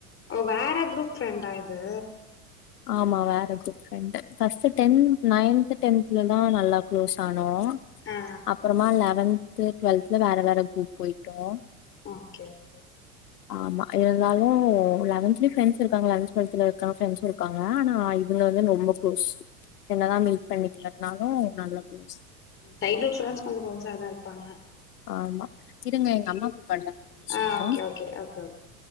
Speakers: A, on the left; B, on the left.
A: ஓ வேற குரூப் ஃப்ரெண்டா இது
B: ஆமாம் வேற good friend first tenth ninth டென்த்தல தான் நல்லா க்ளோஸ் ஆனும்
A: ஆ
B: அப்புறமா லெவன்த் டுவல்தல வேற வேற குரூப் போயிட்டோம்
A: ஓகே ஓகே
B: ஆமா இருந்தாலும் லெவன்த்லயும் ஃப்ரெண்ட்ஸ் இருக்காங்க லெவன்த் டுவெல்தல இருக்காங்க ஃப்ரண்ட்ஸ்ம் இருக்காங்க ஆனா இதுங்க வந்து ரொம்ப குளோஸ் என்னதா மீட் பண்ணிக்கல நானு நல்லா குளோஸ்
A: சைல்ட் வுட் ஃப்ரெண்ட்ஸ் கொஞ்சொ க்ளோஸாதா இருப்பாங்க
B: ஆமா இருங்க எங்கம்மகுபுரங்கா ஒரு நிமிஷம்
A: ஆ ஓகே ஓகே ஓகே ஓகே